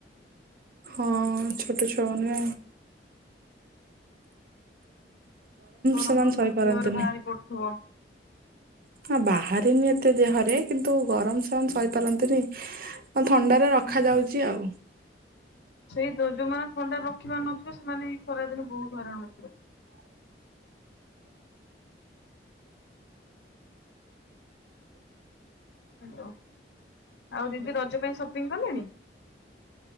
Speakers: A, on the right; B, on the left.
A: ହଁ ଛୋଟ ଛୁଆ ମାନେ।
B: ଗରମ
A: ସେମାନେ ସହିପାରନ୍ତିନି।
B: ସବୁ ଦେହରେ ବାହାରି ପଡୁଥିବ।
A: ହଁ ବାହାରେନି ଏତେ ଦେହରେ କିନ୍ତୁ ଗରମ ସେମାନେ ସହିପାରନ୍ତିନି। ହଁ ଥଣ୍ଡାରେ
B: ହୁଁ
A: ରଖାଯାଉଛି ଆଉ।
B: ସେଇ ତ ଯୋଉମାନେ ଥଣ୍ଡା ରଖିପାରୁନଥିବେ ସେମାନେ ଏଇ ଖରା ଦିନେ ବହୁତ ଖରା ହେଉଥିବେ। ହାଲୋ ଆଉ ଦିଦି ରଜ ପାଇଁ ସପିଙ୍ଗ କଲେଣି?